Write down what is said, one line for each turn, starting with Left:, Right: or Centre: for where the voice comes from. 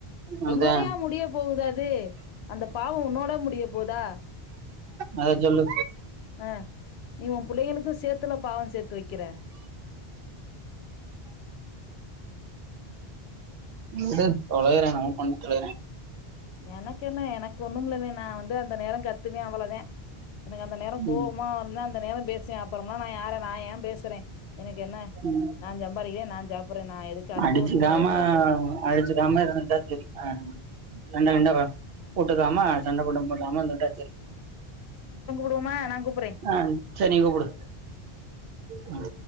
Right: அதா
Left: உன்னோடையா முடிய போகுது அது து அந்த பாவ உன்னோட முடிய போதா
Right: அத சொல்லு
Left: அஹ் நீ உ பிள்ளைகளுக்கு சேர்த்துல பாவம் சேத்து வைக்கிற
Right: இ விடு தொலைறா அவ கொண்ண தொலைறா
Left: எனக்கு என்ன எனக்கு ஒண்ணு மில்லனே நா வந்து அந்த நேரோ கத்துவே அவ்வளதா எனக்கு அந்த நேரோ கோவமா
Right: ம்
Left: இருந்தா அந்த நேர பேசுவே அப்பறமா நா யார நா ஏ பேசுறே எனக்கு என்ன
Right: ம்
Left: நா ஜம்பாறிக்கிறே நா சாப்புறே நா எதுக்கு அடுத்தவர்ட்ட
Right: அடிச்சுக்காம
Left: நா இருந்தாத்தே
Right: அடிச்சுக்காம இருந்துகிட்டா செரி அஹ் சண்ட கிண்ட வா போட்டுக்காம சண்டை போட்ட போடாம இருந்துட்டா செரி
Left: போமா நா கூப்
Right: ஆ செரிக்கூப்டு ம்